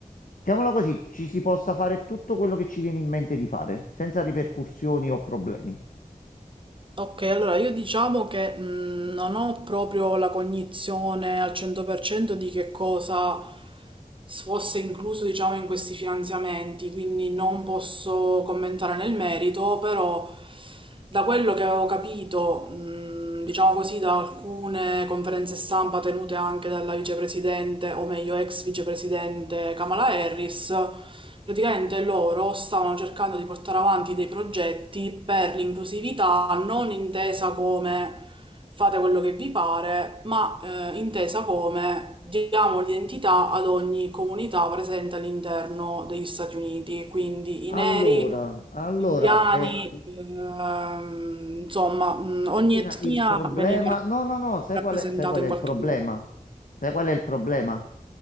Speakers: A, on the left; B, on the right.
A: mettiamola così, ci si possa fare tutto quello che ci viene in mente di fare, senza ripercussioni o problemi.
B: Ok, allora io diciamo che mh, non ho proprio la cognizione al 100% di che cosa fosse incluso, diciamo, in questi finanziamenti, quindi non posso commentare nel merito, però da quello che avevo capito, mh, diciamo così, da alcune conferenze stampa tenute anche dalla vicepresidente, o meglio ex vicepresidente Kamala Harris, Praticamente loro stavano cercando di portare avanti dei progetti per l'inclusività, non intesa come fate quello che vi pare, ma eh, intesa come diamo l'identità ad ogni comunità presente all'interno degli Stati Uniti, quindi i
A: Allora,
B: neri,
A: allora,
B: gli indiani,
A: eh,
B: ehm, insomma, mh, ogni
A: Martina,
B: etnia
A: il problema...
B: veniva
A: No, no, no, sai
B: rappresentata
A: qual è, sai qual
B: in
A: è il
B: qualche
A: problema?
B: modo.
A: Sai qual è il problema?